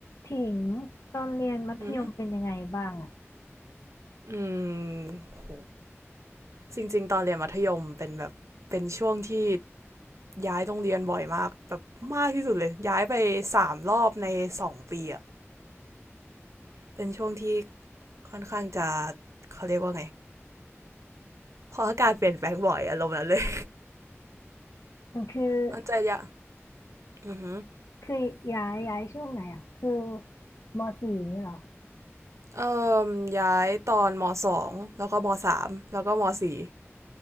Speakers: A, on the left; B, on the right.
A: ถิงตอนเรียนมัธยมเป็นยังไงบ้างอ่ะ
B: อืมอืมโหจริงๆตอนเรียนมัธยมเป็นแบบ เป็นช่วงที่ย้ายโรงเรียนบ่อยมากแบบมากที่สุดเลยย้ายไปสามรอบในสองปีอะเป็นช่วงที่ค่อนข้างจะเขาเรียกว่าไงพออากาศเปลี่ยนแปลงบ่อยอารมณ์นั้นเลย
A: มันคือ
B: <laughs> มันจะยะอือหือ
A: คือย้ายย้ายช่วงไหนอ่ะคือมสี่นี่เหรอ
B: เอ่มย้ายตอนมสองแล้วก็มสามแล้วก็มสี่